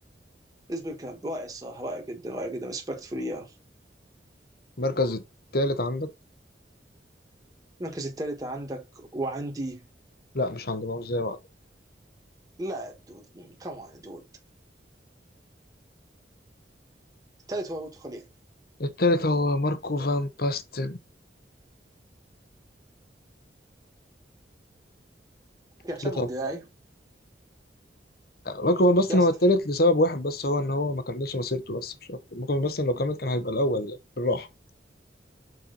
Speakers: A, on the right; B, on the left.
A: اسباب كلام رائع الصراحه رائع جدا رائع جدا ريسبكتفول يا
B: المركز التالت عندك
A: المركز الثالث عندك وعندي
B: لا مش عند بعض زي بعض
A: لا دود كمان دود الثالث هو ابو خليل
B: التالت هو ماركو فان باستن التالت
A: يا هشام مدراي
B: هو رقم بس
A: يا
B: هو
A: اسطى
B: التالت لسبب واحد بس هو ان هو ما كملش مسيرته بس مش اكتر ممكن بس لو كمل كان هيبقى الاول يعني، بالراحه